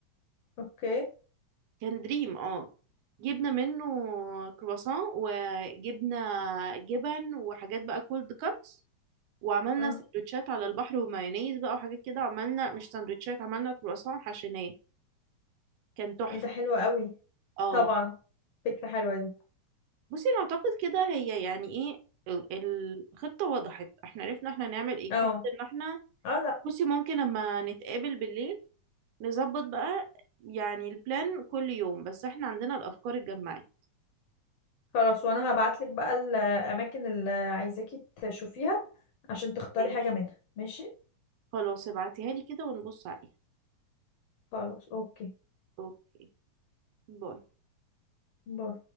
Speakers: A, on the left; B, on the right.
A: اوكي
B: كان دريم اه جبنا منه كرواسون وجبنا جبن وحاجات بقى كولد كاتس وعملنا
A: اه
B: سندوتشات على البحر ومايونيز بقى وحاجات كده عملنا مش سندوتشات عملنا كرواسون حشيناه كان تحفه
A: ايه ده حلو قوي
B: اه
A: طبعا فكرة حلوة دي
B: بصي انا اعتقد كده هي يعني ايه ال- ال- الخطة وضحت احنا عرفنا احنا هنعمل ايه
A: اه
B: فقط ان احنا
A: اه لا
B: بصي ممكن لما نتقابل بالليل نظبط بقى يعني البلان كل يوم بس احنا عندنا الافكار اتجمعت
A: خلاص وانا هبعتلك بقى الاماكن اللي عايزاكي تشوفيها عشان تختاري
B: ماشي
A: حاجة منها ماشي
B: خلاص ابعتيها لي كده ونبص عليها
A: خلاص اوكي
B: اوكي باي
A: باي